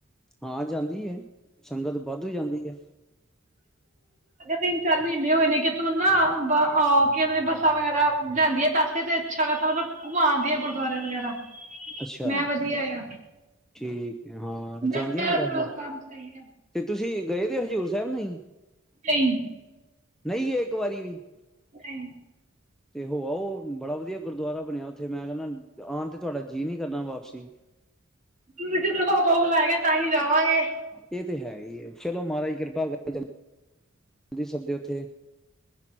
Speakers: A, in the centre; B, on the right.
A: ਹਾਂ ਜਾਂਦੀ ਹੈ, ਸੰਗਤ ਵਾਧੂ ਜਾਂਦੀ ਹੈ।
B: ਤਿੰਨ ਚਾਰ ਮਹੀਨੇ ਹੋਏ ਨੇ, ਕਿਥੋਂ ਨਾ ਬੱਸਾਂ ਵਗੈਰਾ <unintelligible> ਲਿਆਂਦੀ ਹੈ ਪੈਸੇ ਤੇ। ਸ਼ਗਾ ਮਤਲਬ <unintelligible> ਆਉਂਦੀ ਹੈ ਗੁਰਦੁਆਰੇ। ਵਗੈਰਾ।
A: ਅੱਛਾ
B: ਮੈਂ ਵਧੀਆ ਆ
A: ਠੀਕ ਹੈ, ਹਾਂ
B: ਮੈਂ
A: ਜਾਂਦੀਆਂ
B: ਇਹ
A: ਨੇ ਕਾਫ਼ੀ
B: ਪ੍ਰੋਗਰਾਮ ਸਹੀ ਹੈ
A: ਤੇ ਤੁਸੀਂ। ਗਏ ਕਿ ਹਜ਼ੂਰ ਸਾਹਿਬ ਨਹੀਂ।
B: ਨਹੀਂ।
A: ਨਹੀਂ ਗਏ ਇੱਕ ਵਾਰੀ ਵੀ।
B: ਨਹੀਂ।
A: ਤੇ ਹਉ ਉਹ ਬੜਾ ਵਧੀਆ ਗੁਰਦੁਆਰਾ ਬਣਿਆ ਉੱਥੇ, ਮੈਂ ਕਹਿੰਦਾ ਆਉਣ ਤੇ ਤੁਹਾਡਾ ਜੀਅ ਨੀ ਕਰਨਾ ਵਾਪਸੀ।
B: <unintelligible> ਬੁਲਾਏਗਾ ਤਾਂ ਹੀ ਰਵਾ ਹੈ।
A: ਇਹ ਹੈ ਹੀ ਹੈ ਚਲੋ ਮਹਾਰਾਜ ਦੀ ਕਿਰਪਾ ਬਣਾਈ ਰੱਖੇ ਸਭ ਦੇ ਉੱਤੇ।